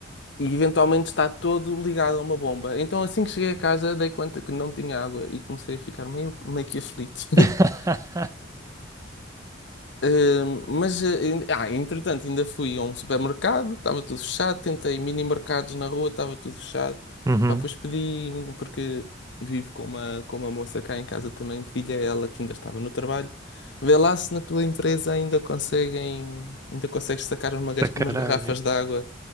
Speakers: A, on the left (about 65°); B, on the right (about 15°).
A: e eventualmente está todo ligado a uma bomba. Então assim que cheguei a casa dei conta que não tinha água e comecei a ficar meio, meio que aflito. <laughs>
B: <laughs>
A: Ahm, mas, eh, ainda- ah, entretanto, ainda fui a um supermercado, estava tudo fechado, tentei mini mercados na rua, estava tudo fechado.
B: Uhum.
A: Pá, depois pedi, porque vivo com uma, com uma moça cá em casa também, pedi-lhe a ela que ainda estava no trabalho. Vê lá se na tua empresa ainda conseguem, ainda consegues sacar uma gar-
B: Tá caro.
A: umas garrafas de água